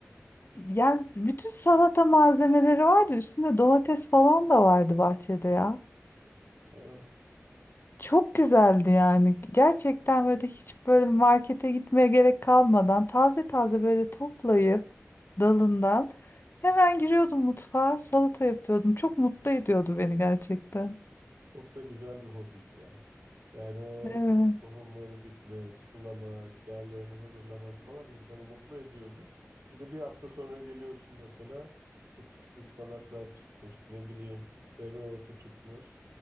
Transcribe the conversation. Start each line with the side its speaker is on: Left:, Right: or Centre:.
Left: Yani bütün salata malzemeleri vardı. Üstünde domates falan da vardı bahçede ya.
Right: ya,
Left: Çok güzeldi yani. Gerçekten böyle hiç böyle markete gitmeye gerek kalmadan taze taze böyle toplayıp dalından hemen giriyordum mutfağa salata yapıyordum. Çok mutlu ediyordu beni gerçekten.
Right: çok da güzel bir hobiydi ya. Yani o
Left: Evet,
Right: tohumları dikmek, sulamak, yerlerini hazırlamak falan insanı mutlu ediyordu. Bir de bir hafta sonra geliyorsun mesela küçük küçük ıspanaklar çıkmış, ne bileyim dereotu çıkmış.